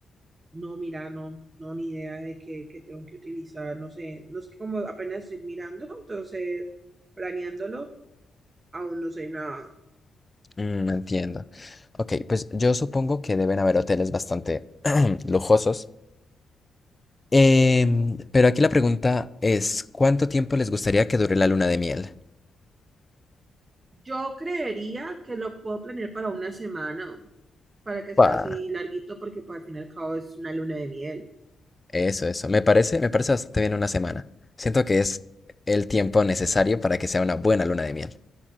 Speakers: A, on the right; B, on the left.
A: No, mira, no, no, ni idea de qué, qué tengo que utilizar, no sé, no es que como apenas estoy mirando, entonces planeándolo, aún no sé nada.
B: Mm, entiendo. Ok, pues yo supongo que deben haber hoteles bastante <clears throat> lujosos. Em, pero aquí la pregunta es, ¿cuánto tiempo les gustaría que dure la luna de miel?
A: Yo creería que lo puedo planear para una semana, para que
B: Pa.
A: sea así larguito, porque pues, al fin y al cabo es una luna de miel,
B: Eso, eso. Me parece, me parece bastante bien una semana. Siento que es el tiempo necesario para que sea una buena luna de miel.